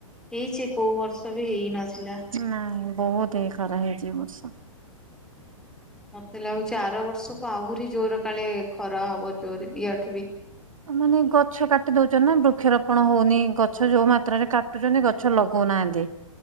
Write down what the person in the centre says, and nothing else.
ହେଇଛି କୋଉ ବର୍ଷ ବି ହେଇ ନଥିଲା।
ମତେ ଲାଗୁଚ ଆର ବର୍ଷ କୁ ଆହୁରି ଜୋର କାଳେ ଖରା ହବ ଜୋର ଆଠୁ ବି।